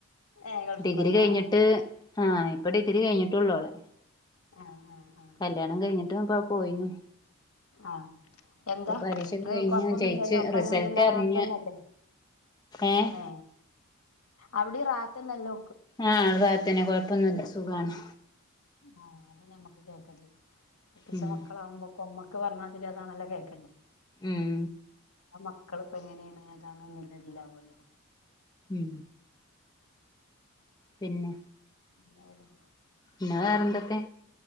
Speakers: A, on the left; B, on the left.
A: ഏഹ് ഗൾഫിൽ
B: ഡിഗ്രി
A: പോയതാ
B: കഴിഞ്ഞിട്ട്
A: ആഹ്
B: ആ ഇപ്പം ഡിഗ്രി കഴിഞ്ഞിട്ടുള്ളു അവളെ
A: ആഹ് ആഹ് ആഹ്
B: കല്ലിയാണം കഴിഞ്ഞിട്ടപ്പം പൊയിന്
A: ആഹ് എന്താ
B: പരീക്ഷൊക്കെ
A: ങ്ങക്ക്
B: കഴിഞ്ഞ്
A: കൊയപ്പന്നുല്ലല്ലോ
B: ജയിച്ച്
A: ഒക്കെ
B: റിസൾട്ട്
A: അൽഹംദുലില്ലാഹ് റാഹതന്നല്ലേ
B: അറിഞ്ഞ് ഏഹ്
A: ഏ അവടിം റാഹതന്നെല്ലേ
B: ആ ഇവിടെ റാഹതന്നെ കൊയപ്പന്നുല്ല സുഗാണ്
A: ആ അതെന്നെ ഞമ്മക് കേൾക്കണ്ടി കെട്ടിച്ച
B: ഉം
A: മക്കളാവുമ്പോ മക് ക്ക് പറഞ്ഞയതാനില്ലോ കേക്കണ്ടിയെ
B: ഉം
A: മക്കളിപ്പങ്ങനാണി ഏതാണ്ന്നള്ളതിലാവോല്ലോ
B: ഉം പിന്നെ
A: എന്തായാലും
B: പിന്നെ വേറെന്തൊക്കെ